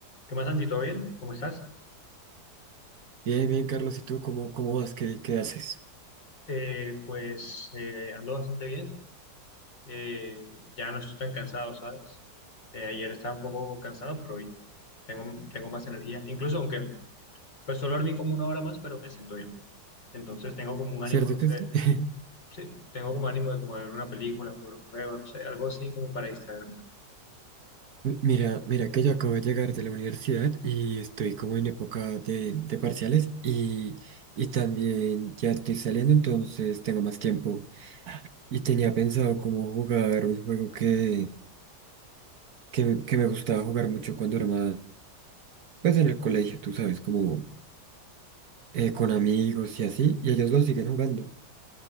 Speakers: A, on the left; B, on the right.
A: ¿Qué más, Santi? ¿Todo bien? ¿Cómo estás?
B: Bien, bien, Carlos, ¿y tú cómo, cómo vas? ¿Qué, qué haces?
A: Eh, pues eh, ando bastante bien. Eh, ya no estoy tan cansado, ¿sabes? Eh, ayer estaba un poco cansado, pero hoy tengo, tengo más energía. Incluso aunque pues solo dormí como una hora más, pero me siento bien. Entonces tengo como un ánimo,
B: ¿Cierto
A: no sé,
B: que sí? <laughs>
A: sí, tengo como ánimo de como de ver una película, jugar un juego, no sé, algo así como para distraerme.
B: Mi- Mira, mira que yo acabo de llegar de la universidad y estoy como en época de, de parciales y, y también ya estoy saliendo, entonces tengo más tiempo. Y tenía pensado como jugar un juego que, que, me que me gustaba jugar mucho cuando era más, pues en el colegio, tú sabes, como eh, con amigos y así, y ellos lo siguen jugando,